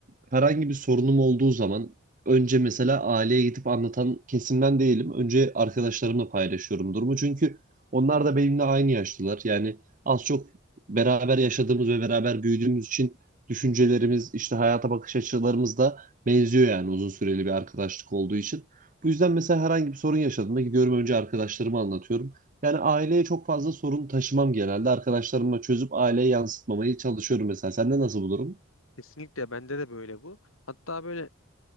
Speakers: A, on the right; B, on the left.
A: herhangi bir sorunum olduğu zaman önce mesela aileye gidip anlatan kesimden değilim. Önce arkadaşlarımla paylaşıyorum durumu. Çünkü onlar da benimle aynı yaşlılar. Yani az çok beraber yaşadığımız ve beraber büyüdüğümüz için düşüncelerimiz, işte hayata bakış açılarımız da benziyor yani uzun süreli bir arkadaşlık olduğu için. Bu yüzden mesela herhangi bir sorun yaşadığımda gidiyorum önce arkadaşlarıma anlatıyorum. Yani aileye çok fazla sorun taşımam genelde. Arkadaşlarıma çözüp aileye yansıtmamaya çalışıyorum mesela. Sende nasıl bu durum?
B: Kesinlikle bende de böyle bu. Hatta böyle